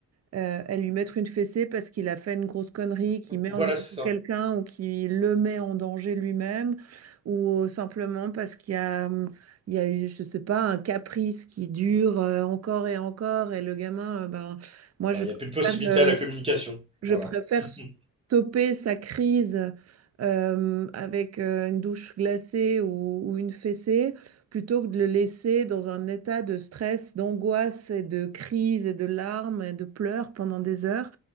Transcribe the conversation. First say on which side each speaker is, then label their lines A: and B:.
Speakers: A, on the right (about 45°); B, on the right (about 15°).
A: euh, et lui mettre une fessée parce qu'il a fait une grosse connerie, qui met
B: Voilà,
A: en danger
B: c'est ça.
A: quelqu'un ou qui le met en danger lui-même, ou simplement parce qu'il y a, hum, il y a eu, je sais pas, un caprice qui dure euh, encore et encore, et le gamin, euh, ben, moi
B: Bah,
A: je
B: il
A: préfère
B: n'y a plus de possibilité
A: le
B: à la communication. Voilà.
A: je préfère
B: <laughs>
A: stopper sa crise euh, avec euh, une douche glacée ou, ou une fessée plutôt que de le laisser dans un état de stress, d'angoisse et de crise et de larmes et de pleurs pendant des heures.